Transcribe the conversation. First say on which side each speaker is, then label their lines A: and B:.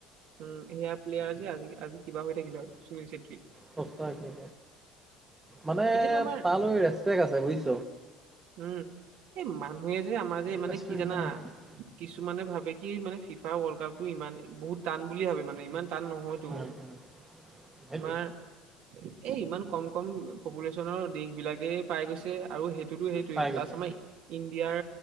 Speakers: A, on the right; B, on the right.
A: উম, সেয়া প্লেয়াৰ যে আজি আজি কিবা হৈ থাকিলো আৰু সুনীল চেত্ৰী।
B: সঁচাকৈ মানে
A: এতিয়াতো আমাৰ
B: তালৈ ৰেচপেক আছে বুইছ।
A: উম, এই মানুহে যে আমাৰ যে মানে
B: ৰেচপেক্ট
A: কি জানা
B: আছে মানুহটোৰ
A: কিছুমানে ভাবে। সি মানে ফিফা ৱৰ্লড কাপ ইমান বহুত টান বুলি ভাবে মানে ইমান টান নহয়। টো
B: উম উম উম
A: তোমাৰ।
B: সেইটোৱে
A: এই ইমান কম কম পপুলেশ্যনৰ দেশ বিলাকেই পাই গৈছে আৰু সেই। <unintelligible>
B: পাই
A: প্লাছ
B: গৈছে
A: আমাৰ ইণ্ডিয়াৰ